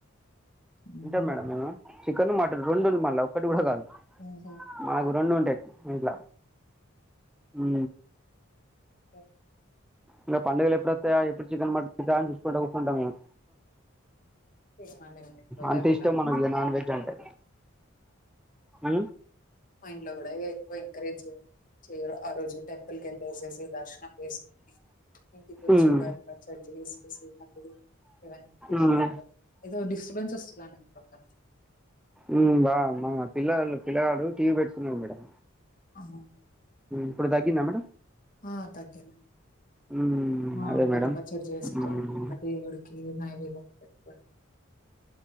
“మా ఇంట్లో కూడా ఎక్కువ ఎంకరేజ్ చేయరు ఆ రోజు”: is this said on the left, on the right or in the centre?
Left